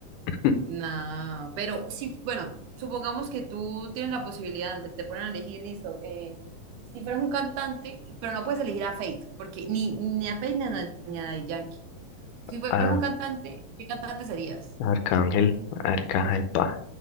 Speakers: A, on the left (about 80°); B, on the right (about 75°).
A: <laughs>
B: Nada, pero sí, bueno, supongamos que tú tienes la posibilidad, te te ponen a elegir, listo, eh, si fueras un cantante, pero no puedes elegir a Fate, porque ni, ni a Fate ni a, ni a Daddy Yankee. Si fueras
A: a
B: un cantante, ¿qué cantante serías?
A: Arcángel, Arcángel Pa.